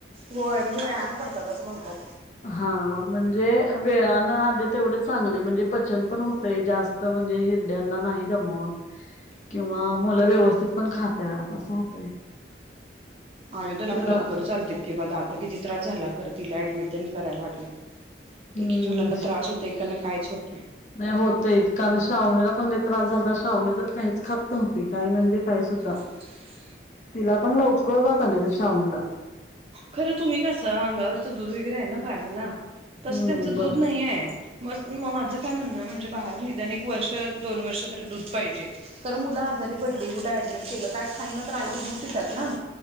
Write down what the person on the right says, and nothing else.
होय म्हणजे वेयानं पडतात असं म्हणतात
हम्म
आयुध्याला
पण लवकरच चालत की ब आता किती त्रास झाला खरं तिला ऍडमिट करायला लागलं
एक एक मुलांना त्रास होत एकाना कायच होत
ह्
खरं तुम्ही कसं अंगावरचं दूध वगैरे आहे ना भाड्याना तसं
त्यांचं
दूध नाही आहे मग मग माझं काय म्हणणं म्हणजे बाहेर निदाानने वर्ष दोन वर्ष तरी दूध पाहिजे कारण मुला आजारी पडली कुठ ऍडमि केलं काय खायन तर आईच दुपितात ना